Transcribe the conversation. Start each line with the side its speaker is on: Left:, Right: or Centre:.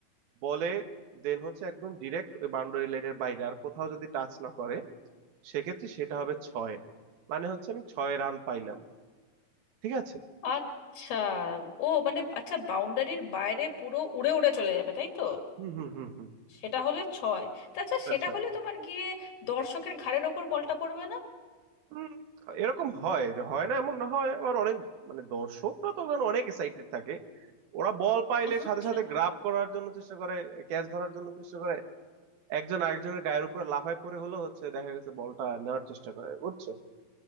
Right: বলে দেন হচ্ছে একদম ডিরেক্ট ওই বাউন্ডারি লাইনের বাইরে আর কোথাও যদি টাচ না করে সেক্ষেত্রে সেটা হবে ছয় মানে হচ্ছে আমি ছয় রান পাইলাম ঠিক আছে
Left: আচ্ছা ও মানে আচ্ছা বাউন্ডারির বাইরে পুরো উড়ে উড়ে চলে যাবে তাই তো
Right: হুম হুম হুম হুম
Left: সেটা হলে ছয় তাছাড়া
Right: সেটা
Left: সেটা
Right: ছয়
Left: হলে তোমার গিয়ে দর্শকের ঘাড়ের ওপর বলটা পড়বে না
Right: হুম, এরকম হয় যে হয় না এমন না হয় আবার অনেক মানে দর্শকরা তো ওখানে অনেক এক্সাইটেড থাকে ওরা বল পাইলে
Left: আচ্ছা।
Right: সাথে সাথে গ্রাব করার জন্য চেষ্টা করে ক্যাচ ধরার জন্য চেষ্টা করে একজন আরেকজনের গায়ের উপরে লাফায় পড়ে হলো হচ্ছে দেখা গেছে বলটা নেওয়ার চেষ্টা করে বুঝছো